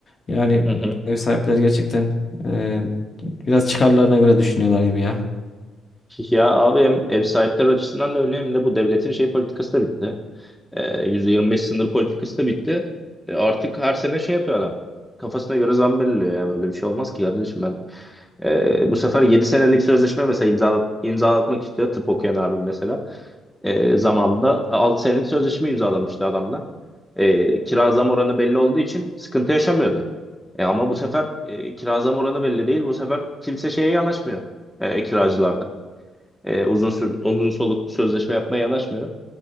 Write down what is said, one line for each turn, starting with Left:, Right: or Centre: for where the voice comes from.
Left: Yani
Centre: Hı hı.
Left: ev sahipleri gerçekten e, biraz çıkarlarına göre düşünüyorlar gibi ya.
Centre: Ya abi hem ev sahipleri açısından da öyle hem de bu devletin şey politikası da bitti. Ee, %25 sınır politikası da bitti. E, artık her sene şey yapıyor adam. Kafasına göre zam belirliyor ya. Böyle bir şey olmaz ki kardeşim ben. e, bu sefer 7 senelik sözleşme mesela imzalat, imzalatmak istiyor tıp okuyan abim mesela. E, zamanında 6 senelik sözleşme imzalamıştı adamla. E, kira zam oranı belli olduğu için sıkıntı yaşamıyordu. E ama bu sefer e, kira zam oranı belli değil. Bu sefer kimse şeye yanaşmıyor. E, kiracılarda. E, uzun sür, uzun soluklu sözleşme yapmaya yanaşmıyor.